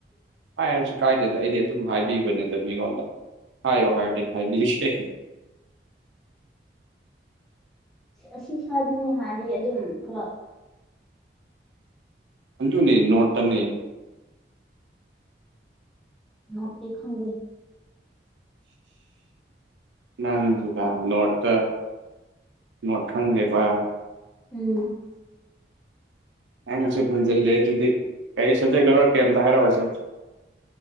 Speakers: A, on the right; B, in the centre.
A: ꯍꯥꯏꯔꯁꯨ ꯀꯥꯏꯗꯦꯗ ꯑꯩꯗꯤ ꯑꯗꯨꯝ ꯍꯥꯏꯕꯤꯕꯅꯦꯗ ꯃꯤꯉꯣꯟꯗ ꯍꯥꯏꯌꯨ ꯍꯥꯏꯔꯗꯤ ꯍꯥꯏꯕꯤꯒꯦꯁꯦ
B: ꯑꯁꯤ ꯁ꯭ꯋꯥꯗꯅꯦ ꯍꯥꯏꯗꯤ ꯑꯗꯨꯝ ꯈꯔ
A: ꯑꯗꯨꯅꯦ ꯅꯣꯠ ꯇꯅꯤ
B: ꯅꯣꯠꯇꯤ ꯈꯪꯗꯦ
A: ꯅꯪꯒ ꯅꯣꯠꯇ ꯅꯣꯜ ꯈꯪꯗꯦꯕ
B: ꯎꯝ
A: ꯅꯪꯁꯨ ꯍꯦꯟꯖꯤꯜꯂꯦ ꯑꯗꯨꯗꯤ ꯀꯔꯤ ꯁꯥꯞꯖꯦꯛ ꯂꯧꯔꯛꯒꯦ ꯑꯝꯇ ꯍꯥꯏꯔꯛꯎꯁꯦ